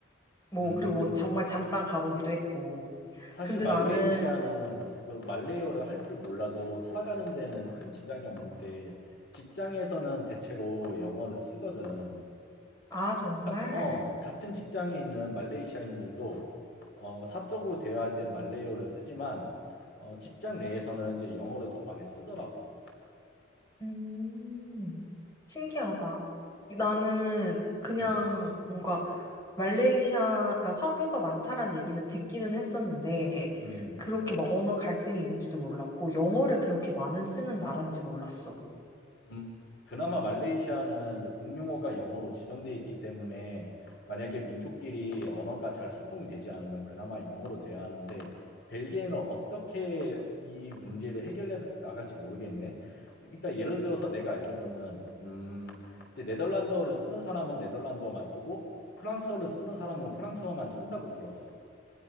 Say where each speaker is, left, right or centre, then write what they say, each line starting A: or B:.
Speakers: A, on the left (about 20°); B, on the left (about 60°).
A: 뭐
B: 음.
A: 그리고 뭐 정말 잠깐 가보기도 했고.
B: 사실
A: 근데
B: 말레이시아는
A: 나는
B: 그 말레이어를 할 줄 몰라도 살아가는 데는 큰 지장이 없는데 직장에서는 대체로 영어를 쓰거든.
A: 아, 정말
B: 가- 어, 같은 직장에 있는 말레이시아인들도 어, 사적으로 대화할 땐 말레이어를 쓰지만 어, 직장 내에서는 이제 영어를 더 많이 쓰더라고.
A: 음, 신기하다. 나는 그냥
B: 음,
A: 뭔가 말레이시아, 가 화교가 많다라는 얘기는 듣기는 했었는데,
B: 음.
A: 그렇게 막 언어 갈등이 있는지도 몰랐고, 영어를 그렇게 많은 쓰는 나라인지 몰랐어.
B: 음, 그나마 말레이시아는 이제 공용어가 영어로 지정되어 있기 때문에 만약에 민족끼리 언어가 잘 소통이 되지 않으면 그나마 영어로 돼야 하는데 벨기에는 어떻게 이 문제를 해결해 나갈지 모르겠네. 그러니까 예를 들어서 내가 알기로는 음, 이제 네덜란드어를 쓰는 사람은 네덜란드어만 쓰고 프랑스어를 쓰는 사람은 프랑스어만 쓴다고 들었어.